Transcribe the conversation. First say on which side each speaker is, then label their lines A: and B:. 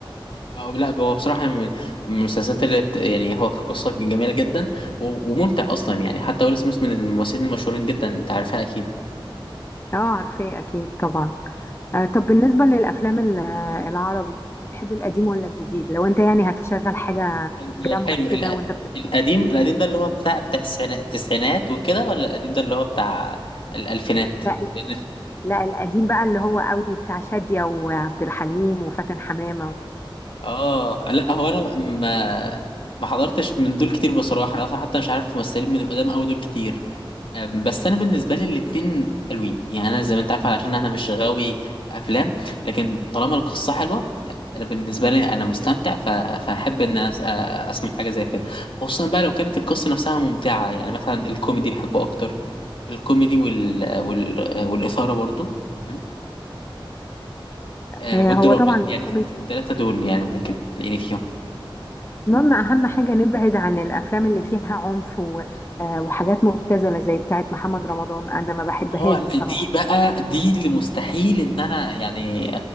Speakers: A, on the left; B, on the left.
A: أو لا هو بصراحة من من المسلسلات اللي بت... يعني هو كقصة جميلة جدا و... وممتع أصلا يعني حتى ويل سميث من الممثلين المشهورين جدا أنت عارفها أكيد
B: اه عارفاه اكيد طبعا آه طب بالنسبه للافلام ال- آه، العربي بتحب القديم ولا الجديد لو انت يعني هتشغل حاجه
A: ال-
B: جنبك
A: حلو ال...
B: كده وانت بتشتغل
A: القديم القديم ده اللي هو بتاع بتاع السعنا- التسعينات وكده ولا القديم ده اللي هو بتاع الألفينات؟
B: لا
A: لأن
B: لا القديم بقى اللي هو قوي بتاع شادية وعبد الحليم وفاتن حمامة
A: آه لا هو أنا ما ما حضرتش من دول كتير بصراحة أنا أصلا حتى مش عارف ممثلين من القدام أوي دول كتير أم، بس انا بالنسبه لي الاتنين حلوين يعني انا زي ما انت عارف علشان انا مش غاوي افلام لكن طالما القصه حلوه انا بالنسبه لي انا مستمتع ف- فاحب ان أس- أ- اسمع حاجه زي كده خصوصا بقى لو كانت القصه نفسها ممتعه يعني مثلا الكوميدي بحبه اكتر الكوميدي وال... وال... والاثاره برضو تمام آه،
B: آه،
A: والدراما
B: هو طبعا الكوميدي
A: يعني الثلاثه دول يعني ممكن تلاقيني فيهم
B: المهم أهم حاجة نبعد عن الأفلام اللي فيها عنف و- آه، وحاجات مبتذلة زي بتاعة محمد رمضان أنا ما بحبهاش
A: اه
B: بصراحة
A: دي بقى دي اللي مستحيل ان انا يعني